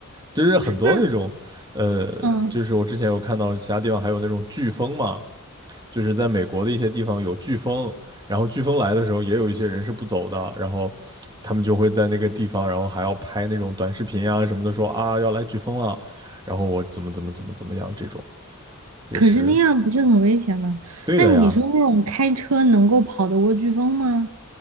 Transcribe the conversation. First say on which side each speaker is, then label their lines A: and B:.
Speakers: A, on the right; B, on the right.
A: 就是很多那种。
B: 那
A: 呃，
B: 嗯，
A: 就是我之前有看到其他地方还有那种飓风嘛，
B: 呃
A: 就是在美国的一些地方有飓风，然后飓风来的时候也有一些人是不走的，然后他们就会在那个地方，然后还要拍那种短视频啊什么的，说啊要来飓风了，然后我怎么怎么怎么怎么样，这种也是
B: 可是那样不是很危险吗？
A: 对的呀。
B: 那你说那种开车能够跑得过飓风吗？